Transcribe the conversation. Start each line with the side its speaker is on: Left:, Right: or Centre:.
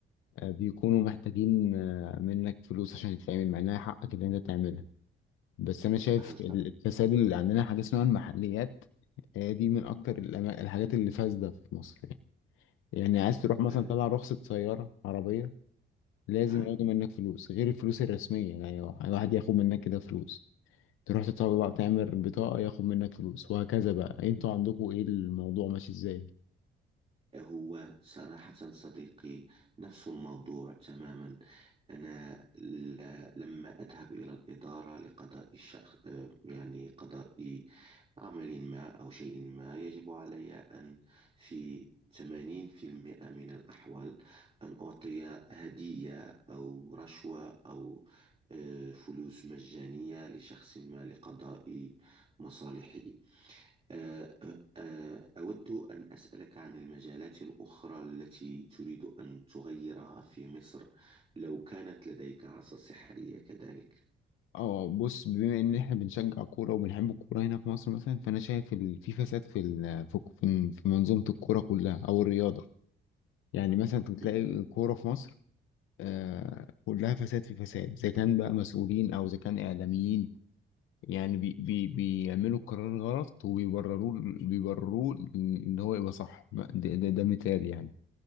Left: آه، بيكونوا محتاجين آه، منك فلوس عشان يتعمل مع انها حقك اللي انت تعملها بس انا شايف
Right: هل ت...
Left: ال- التسلل اللي عندنا حاجه اسمها المحليات هي دي من اكتر الأما- الحاجات اللي فاسده في مصر يعني يعني عايز تروح مثلا
Right: آه،
Left: طلع رخصه سياره عربيه لازم
Right: نعم
Left: ياخدوا منك فلوس غير الفلوس الرسميه يعني الواحد ياخد منك كده فلوس تروح تطلع تعمل بطاقه ياخد منك فلوس وهكذا بقى انتوا عندكم ايه الموضوع ماشي ازاي
Right: هو صراحة صديقي نفس الموضوع تماما أنا ل- لما أذهب إلى الإدارة لقضاء الشخ... آه، يعني قضاء عمل ما أو شيء ما يجب علي أن في 80% من الأحوال أن أعطي هدية أو رشوة أو آه، فلوس مجانية لشخص ما لقضاء مصالحي آه، آه، أود أن أسألك عن المجالات الأخرى التي تريد أن تغيرها في مصر لو كانت لديك عصا سحرية كذلك.
Left: اه بص بما ان احنا بنشجع كوره وبنحب الكوره هنا في مصر مثلا فانا شايف ال- في فساد في ال- في في في منظومه الكوره كلها او الرياضه يعني مثلا تلاقي
Right: مم.
Left: الكوره في مصر آه كلها فساد في فساد اذا كان بقى مسؤولين او اذا كان اعلاميين يعني بي بي بيعملوا القرار غلط وبيبرروه بيبرروه ان هو يبقى صح ده, ده, ده مثال يعني